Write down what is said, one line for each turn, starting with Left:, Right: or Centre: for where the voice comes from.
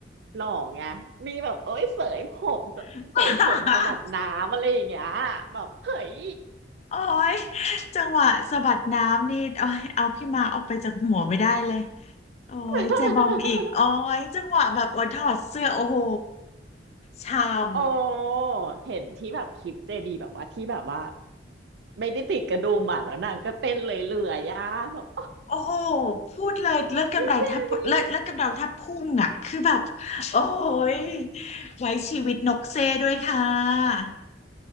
Right: หล่อไงมีแบบเอ้ยเสยผม
Left: ๆ
Right: เสยผมสะบัดน้ำอะไรอย่างเงี้ยแบบเฮ้ย
Left: <laughs> โอ้ยจังหวะสะบัดน้ำนี่โอ้ยเอาพี่มาร์คออกไปจากหัวไม่ได้เลยโอ้ยเจบอมอีกโอ้ยจังหวะแบบโอ้ยถอดเสื้อโอ้โห
Right: <laughs>
Left: ช่ำ
Right: โอ้เห็นที่แบบคลิปเจบีแบบว่าที่แบบว่าไม่ได้ติดกระดุมอ่ะแล้วนางก็เต้นเลยเลื่อยๆอ่ะแบบ
Left: โอ้โหพูดเลยเลิอดกำไดแทบเลิอดเลืดกำเดาแทบพุ่งอ่ะคือแบบ
Right: พี่เจบี
Left: โอ้ยไว้ชีวิตนกเซด้วยค่ะ